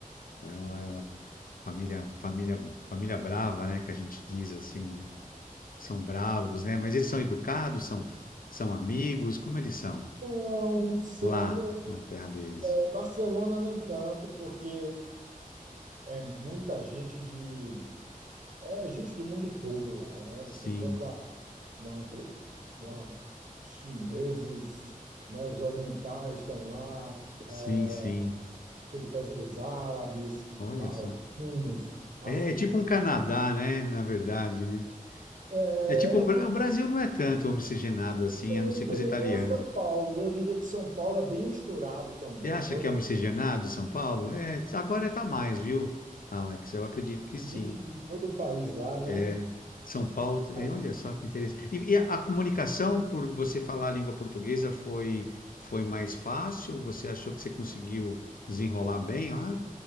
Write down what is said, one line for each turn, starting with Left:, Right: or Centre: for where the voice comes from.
Left: ela era família, família, família brava, né? Que a gente diz assim, né? São bravos, né? Mas eles são educados, são, são amigos, como eles são
Right: não, são,
Left: lá na terra deles?
Right: é, Barcelona nem tanto, porque é, é muita gente de, é gente do mundo todo lá, né?
Left: Sim,
Right: Você encontra uma, uma- os chineses, né? Os orientais estão lá,
Left: sim,
Right: é,
Left: sim.
Right: aquele, pes- os árabes,
Left: Olha
Right: marroquinos,
Left: só.
Right: africanos.
Left: É, é tipo um Canadá, né? Na verdade, né?
Right: É,
Left: É tipo, um Bra- o Brasil não é tanto homogenado assim,
Right: tem,
Left: a não ser
Right: tem
Left: com os italianos,
Right: tem a São Paulo. Eu diria que São Paulo é bem misturado também,
Left: Você acha
Right: toda
Left: que é um miscigenado São Paulo? É, agora está mais, viu, Alex? Eu acredito que
Right: gente
Left: sim.
Right: de todo o país lá, né?
Left: É, São Paulo, é,
Right: Aí,
Left: olha só que interessante. E, e a, a comunicação, por você falar a língua portuguesa, foi, foi mais fácil? Você achou que você conseguiu desenrolar bem lá?